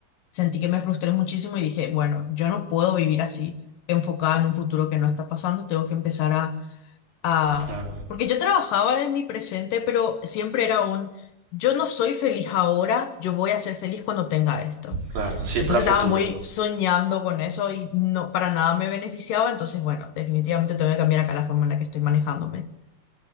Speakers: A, on the left; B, on the right.
A: Sentí que me frustré muchísimo y dije, bueno, yo no puedo vivir así, enfocada en un futuro que no está pasando, tengo que empezar a, a...
B: Claro,
A: Porque yo trabajaba en mi presente, pero siempre era un, yo no soy feliz ahora, yo voy a ser feliz cuando tenga esto.
B: claro. Siempre
A: Entonces
B: a futuro.
A: estaba muy soñando con eso y no para nada me beneficiaba. Entonces, bueno, definitivamente tengo que cambiar acá la forma en la que estoy manejándome.